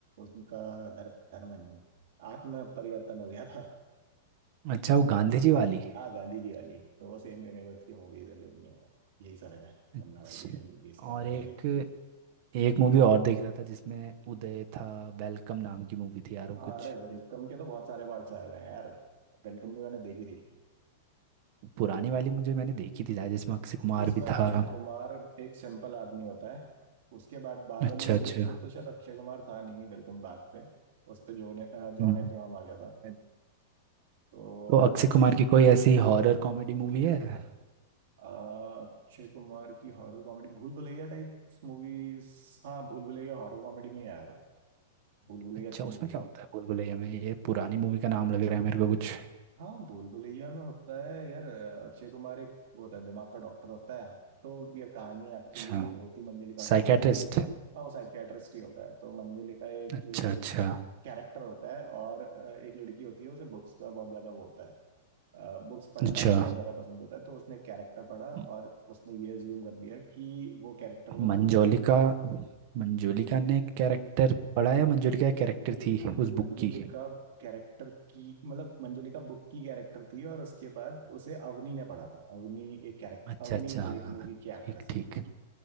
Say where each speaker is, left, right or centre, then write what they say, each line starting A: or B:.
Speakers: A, on the right; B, on the right.
A: उनका धर्म धर्म नहीं आत्म परिवर्तन हो गया था
B: अच्छा वो गांधी जी वाली
A: आ गांधी जी वाली तो वो सेम यूनिवर्स की मूवीज है जो भी हैं। यही सब है
B: अच्छा
A: मन्ना भाई एमबीबीएस का
B: और
A: पूरा
B: एक
A: यूनिवर्स
B: एक मूवी और देख रहा था जिसमें उदय था वेलकम नाम की मूवी थी यार वो
A: अरे
B: कुछ
A: वेलकम के तो बहुत सारे पार्ट्स आए हुए हैं यार वेलकम भी मैंने देखी थी
B: पुरानी वाली मुझे मैंने देखी थी शायद जिसमें अक्षय कुमार
A: जिसमें
B: भी
A: अक्षय
B: था
A: कुमार एक सिंपल आदमी होता है उसके बाद बाद
B: अच्छा
A: वाली मूवीज
B: अच्छा
A: पे तो शायद अक्षय कुमार था नहीं वेलकम बैक पे उस पे जॉन अ, जॉन
B: हम्म।
A: अब्राहम आ गया था
B: है।
A: तो
B: तो अक्षय कुमार की कोई ऐसी हॉरर कॉमेडी मूवी है
A: अ, अक्षय कुमार की horror comedy Bhool Bhulaiyaa type movies हाँ भूल भुलैया हॉरर कॉमेडी में ही आएगा भूल भुलैया
B: अच्छा
A: अच्छी
B: उसमें
A: मूवी
B: क्या
A: है
B: होता है भूलभुलैया में ये पुरानी मूवी का नाम लग रहा है मेरे को कुछ
A: हाँ भूल भुलैया में होता है यार अक्षय कुमार एक वो होता है दिमाग का डॉक्टर होता है तो ये कहानी एक्चुअली
B: अच्छा
A: होती मंजलिका
B: साइकेट्रिस्ट
A: के बारे में हाँ वो साइकियाट्रिस्ट ही होता है तो मंजलिका एक
B: अच्छा अच्छा
A: कैरेक्टर होता है और अ, एक लड़की होती है उसे बुक्स का बहुत ज्यादा वो होता है बुक्स पढ़ना
B: अच्छा
A: बहुत ज्यादा पसंद होता है तो उसने कैरेक्टर पढ़ा
B: म-
A: और उसने ये अज्यूम कर लिया कि वो कैरेक्टर वो
B: मंजोलिका
A: खुद है
B: मंजोलिका ने कैरेक्टर पढ़ा या मंजोलिका एक कैरेक्टर थी उस
A: मंजुलिका
B: बुक की
A: कैरेक्टर की मतलब मंजुलिका बुक की कैरेक्टर थी और उसके बाद उसे अवनी ने पढ़ा था अवनी एक कैरेक्टर
B: अच्छा
A: अवनी
B: अच्छा
A: मतलब
B: हाँ,
A: एक मूवी की एक्ट्रेस
B: ठीक ठीक